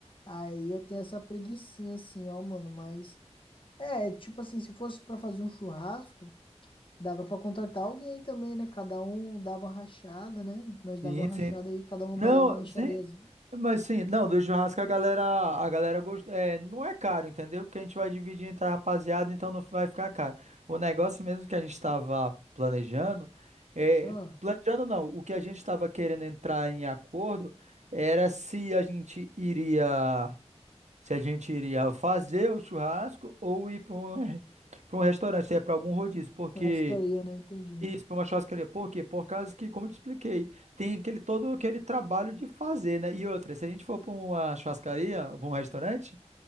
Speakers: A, on the left (about 45°); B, on the right (about 80°).
A: Aí eu tenho essa preguicinha assim, ó, mano, mas. É, tipo assim, se fosse pra fazer um churrasco, dava pra contratar alguém também, né? Cada um dava uma rachada, né? Nós dava
B: Sim,
A: uma rachada
B: sim.
A: aí, cada um mandava
B: Não,
A: uma mixariazinha.
B: sim, Mas sim, não, do churrasco a galera, a galera gosta, é, não é caro, entendeu? Porque a gente vai dividir entre a rapaziada, então não vai ficar caro. O negócio mesmo que a gente estava planejando, é,
A: Ah,
B: planejando não, o que a gente estava querendo entrar em acordo era se a gente iria, se a gente iria fazer o churrasco ou ir para um, <laughs> para um restaurante, se é para algum rodízio, porque
A: churrascaria, né? Entendi.
B: isso, para uma churrascaria. Por quê? Por causa que, como eu te expliquei, tem aquele todo aquele trabalho de fazer, né? E outra, se a gente for para uma churrascaria, pra um restaurante,